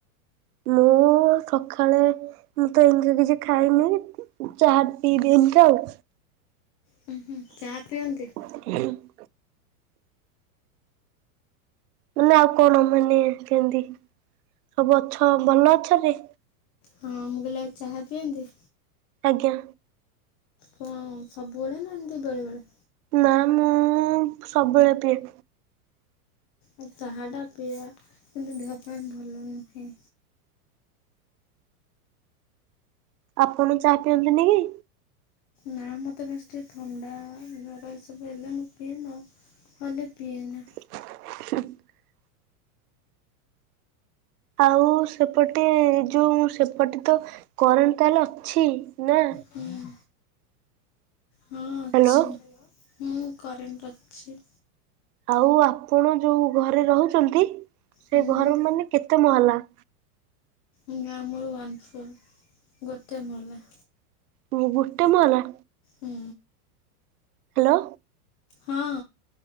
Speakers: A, on the right; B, on the left.
A: ମୁଁ ସକାଳେ ମୁଁ ତ ଏମିତି କିଛି ଖାଇନି ଚାହା ପିଇବି ଏମିତି ଆଉ
B: ହୁଁ ହୁଁ ଚାହା ପିଅନ୍ତି
A: ହୁଁ ମେ ଆଉ କଣ ମାନେ କେମିତି ସବୁ ଅଛ ଭଲ ଅଛନ୍ତି
B: ହଁ ମୁଁ କହିଲି ଆଉ ଚାହା ପିଅନ୍ତି
A: ଆଜ୍ଞା
B: କଣ ସବୁବେଳେ ନା ଏମିତି ବେଳେ ବେଳେ
A: ନା ମୁଁ ସବୁବେଳେ ପିଏ
B: ଆଉ ଚାହା ଟା ପିଏ କିନ୍ତୁ ଦେହ ପାଇଁ ଭଲ ନୁହେଁ
A: ଆପଣ ବି ଚାହା ପିଅନ୍ତିନି କି?
B: ନା ମୋତେ ବେଶି ଟିକେ ଥଣ୍ଡା ଜ୍ଵର ହେଲେ ଏ ସବୁ ପିଏ ନ ହେଲେ ନ ହେଲେ ପିଏନା
A: <unintelligible> ଆଉ ସେପଟେ ଯୋଉ ସେପଟେ ତ କରେଣ୍ଟ ତାର ଅଛି ନା?
B: ହୁଁ ହଁ ଅଛି
A: ହ୍ୟାଲୋ
B: ହୁଁ କରେଣ୍ଟ ଅଛି
A: ଆଉ ଆପଣ ଯୋଉ ଘରେ ରହୁଛନ୍ତି ସେ
B: ହୁଁ
A: ଘର ମାନେ କେତେ ମହଲା?
B: ନା ଆମର ୱାନ ଫ୍ଲୋର ଗୋଟେ ମହଲା
A: ହୁଁ ଗୋଟେ ମହଲା
B: ହୁଁ
A: ହ୍ୟାଲୋ
B: ହଁ